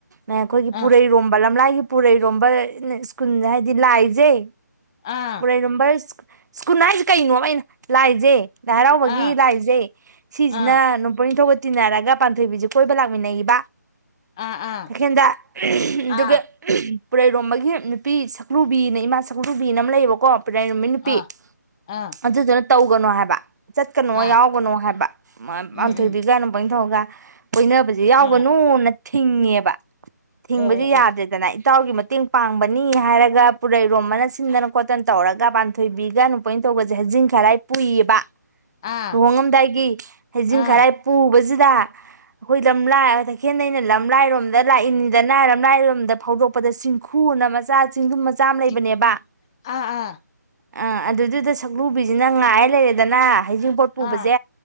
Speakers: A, on the right; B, on the left.
A: ꯑꯩꯈꯣꯏꯒꯤ ꯄꯨꯔꯩꯔꯣꯝꯝꯕꯜ
B: ꯑꯥ
A: ꯂꯥꯏꯒꯤ ꯄꯨꯔꯩꯔꯣꯝꯕ ꯁ꯭ꯀꯨꯜ ꯍꯥꯏꯗꯤ ꯗꯤ ꯂꯥꯏꯖ
B: ꯑꯥ
A: ꯄꯨꯔꯩ ꯔꯣꯝꯕ ꯁ꯭ꯀꯨꯟ ꯍꯥꯏꯁꯦ ꯀꯩꯅꯣꯕ ꯑꯩꯅ ꯂꯥꯏ ꯖꯦ ꯂꯥꯏ ꯍꯔꯥꯎꯕꯒꯤ
B: ꯑꯥ
A: ꯂꯥꯏꯁꯦ ꯁꯤꯁꯤꯅ
B: ꯑꯥ
A: ꯅꯣꯡꯄꯣꯛ ꯅꯤꯡꯊꯧ ꯇꯤꯟꯅꯔꯒ ꯄꯥꯟꯊꯣꯏꯕꯤꯁꯦ ꯀꯣꯏꯕ ꯂꯥꯛꯃꯤꯟꯅꯈꯤꯕ
B: ꯑꯥ ꯑꯥ
A: ꯇꯥꯈꯦꯟꯗ ꯑꯗꯨꯒꯥ
B: ꯑꯥ
A: ꯄꯨꯔꯩꯔꯣꯝꯕꯒꯤ ꯅꯨꯄꯤ ꯁꯝ ꯂꯨꯕꯤꯅ ꯏꯃꯥ ꯁꯛꯂꯨꯕꯤꯅ ꯑꯃ ꯂꯩꯌꯦꯕꯀꯣ ꯄꯨꯔꯩ ꯔꯣꯝꯕꯥ ꯒꯤ ꯅꯨꯄꯤ
B: ꯑꯥ ꯑꯥ
A: ꯑꯗꯨꯗꯨꯨꯅꯥ ꯇꯧꯒꯅꯣ ꯍꯥꯏꯕ ꯆꯠꯀꯅꯣ
B: ꯑꯥ
A: ꯌꯥꯎꯒꯅꯣ ꯍꯥꯏꯕ
B: ꯎꯝ
A: ꯄꯥꯟꯊꯣꯏꯕꯤ
B: ꯎꯝ
A: ꯒ ꯇꯧꯔꯒꯥ ꯀꯣꯏꯅꯕꯁꯦ ꯌꯥꯎꯒꯅꯨꯅ
B: ꯑꯥ
A: ꯊꯤꯡꯉꯦꯕ ꯊꯤꯡꯕꯗꯤ
B: ꯑꯣ ꯑꯣ
A: ꯌꯥꯗ꯭ꯔꯦꯗꯅ
B: ꯑꯣ
A: ꯑꯩ ꯏꯇꯥꯎꯒꯤ ꯃꯇꯦꯡ ꯄꯥꯡꯕꯅꯤ ꯍꯥꯏꯔꯒ ꯒ ꯄꯨꯔꯩꯔꯣꯝꯃꯅ ꯁꯤꯟꯗꯅ ꯈꯣꯠꯇꯅ ꯇꯧꯔꯒ ꯄꯥꯟꯊꯣꯏꯕꯤꯒ ꯅꯣꯡꯄꯣꯛ ꯅꯤꯡ ꯊꯧ ꯒꯥꯁꯦ ꯍꯖꯤꯡ ꯈꯔꯥꯏ ꯄꯨꯏꯌꯦꯕ
B: ꯑꯥ
A: ꯂꯨꯍꯣꯡꯉꯝꯗꯥꯏꯒꯤ ꯍꯩꯖꯤꯡ
B: ꯑꯥ
A: ꯈꯔꯥꯏ ꯄꯨꯕꯁꯤ ꯇꯥ ꯑꯈꯣꯏ ꯂꯝꯂꯥꯏ ꯇꯈꯦꯟꯗꯩꯅ ꯂꯝꯂꯥꯏꯔꯣꯝꯗ ꯂꯥꯛꯏꯅꯤꯗꯅ ꯂꯝꯂꯥꯏꯔꯣꯝꯗ ꯐꯥꯎꯗꯣꯛꯄꯗ ꯆꯤꯡꯈꯨꯅ ꯃꯆꯥ ꯆꯤꯡꯗꯨꯝ ꯃꯆꯥ ꯑꯝ ꯂꯩꯕꯅꯦꯕ
B: ꯆꯤ ꯑꯥ
A: ꯑꯥ ꯑꯗꯨꯗꯨꯗ ꯁꯝꯄꯨꯕꯤꯖꯤꯅ ꯉꯥꯏ ꯂꯩꯔꯦꯗꯅ ꯍꯩꯖꯤꯡꯄꯣꯠ ꯄꯨꯕꯖꯦ
B: ꯑꯥ ꯑꯥ